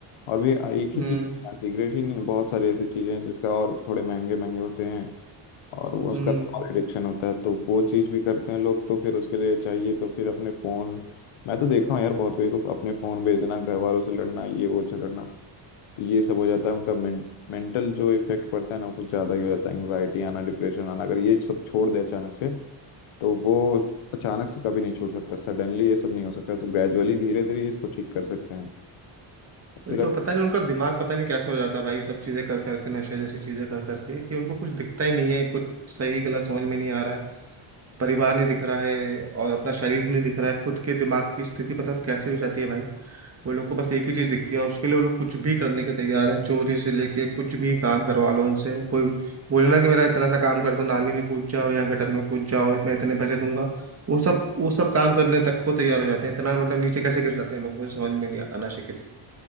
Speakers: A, on the left; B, on the right.
A: और भी एक
B: हम्म
A: ही चीज सिगरेट ही नहीं बहुत सारी ऐसी चीजें हैं जिसका और थोड़े महंगे महंगे होते हैं और वो उसका
B: हम्म
A: कमाल एडिक्शन होता है तो वो चीज़ भी करते हैं लोग तो फिर उसके लिए चाहिए तो फिर अपने फ़ोन मैं तो देखा हूँ यार बहुत कोई को अपने फ़ोन भेजना घर वालों से लड़ना ये वो झगड़ना तो ये सब हो जाता है उनका में, मेंटल जो इफेक्ट पड़ता है ना वो कुछ ज़्यादा ही हो जाता है एंग्जाइटी आना डिप्रेशन आना अगर ये सब छोड़ दे अचानक से तो वो अचानक से कभी नहीं छूट सकता सडनली ये सब नहीं हो सकता तो ग्रेजुअली धीरे धीरे इसको ठीक कर सकते हैं
B: वही
A: फिर
B: तो पता नहीं उनका दिमाग पता नहीं कैसे हो जाता है भाई सब चीजें कर करके नशे जैसी चीजें कर करके कि उनको कुछ दिखता ही नहीं है कुछ सही गलत समझ में नहीं आ रहा है परिवार नहीं दिख रहा है और अपना शरीर नहीं दिख रहा है खुद के दिमाग की स्थिति पता नहीं कैसे हो जाती है भाई वो लोग को बस एक ही चीज दिखती है और उसके लिए वो लोग कुछ भी करने के तैयार हैं चोरी से लेके कुछ भी काम करवा लो उनसे कोई बोले ना कि मेरा इतना सा काम कर दो नाली में कूद जाओ या गटर में कूद जाओ मैं इतने पैसे दूंगा वो सब वो सब काम करने तक को तैयार हो जाते हैं इतना मतलब नीचे कैसे गिर जाते हैं लोग मुझे समझ में नहीं आता नशे के लिए